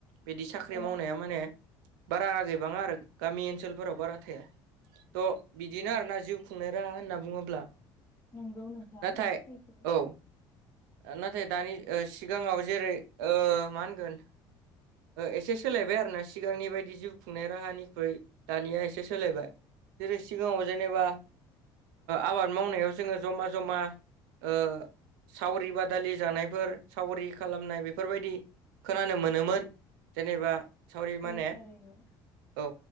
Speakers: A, on the right; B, on the left.
A: बिदि साख्रि
B: औ
A: मावनाया माने बारा आगैबाङा आरो गामि ओनसोलफोराव बारा थाया। थ' बिदिनो आरोना जिउ खुंनाय राहा होनना बुङोब्ला
B: नंगौ नोंथां
A: नाथाय
B: सैथो
A: औ नाथाय दानि सिगाङाव जेरै मा होनगोन? एसे सोलायबाय आरोना सिगांनि बायदि जिउ खुंनाय राहानिख्रुइ दानिया एसे सोलायबाय। जेरै सिगाङाव जेनेबा आबाद मावनायाव जोङो जमा जमा ओ सावरि बादालि जानायफोर सावरि खालामनाय बेफोरबायदि खोनानो मोनोमोन। जेनेबा सावरि माने
B: औ थारैनो
A: औ